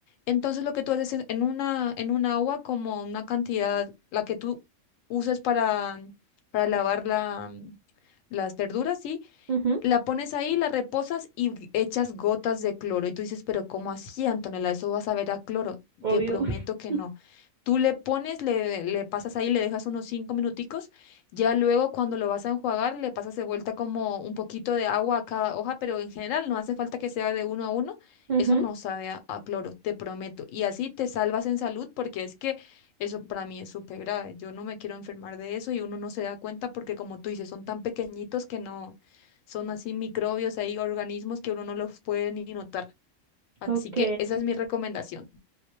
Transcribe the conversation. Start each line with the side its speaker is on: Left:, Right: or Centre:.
Left: Entonces lo que tú haces es en una, en un agua como una cantidad, la que tú uses para, para lavar la, las verduras, ¿sí?
Right: ujú,
Left: la pones ahí, la reposas y echas gotas de cloro. Y tú dices, pero ¿cómo así, Antonella? Eso vas a ver a cloro.
Right: obvio.
Left: Te prometo
Right: <laughs>
Left: que no. Tú le pones, le, le pasas ahí, le dejas unos cinco minuticos. Ya luego cuando lo vas a enjuagar, le pasas de vuelta como un poquito de agua a cada hoja, pero en general no hace falta que sea de uno a uno.
Right: ujú.
Left: Eso no sabe a, a cloro, te prometo. Y así te salvas en salud porque es que eso para mí es súper grave. Yo no me quiero enfermar de eso y uno no se da cuenta porque como tú dices, son tan pequeñitos que no son así microbios, hay organismos que uno no los puede ni notar. Así
Right: Ok,
Left: que esa es mi recomendación.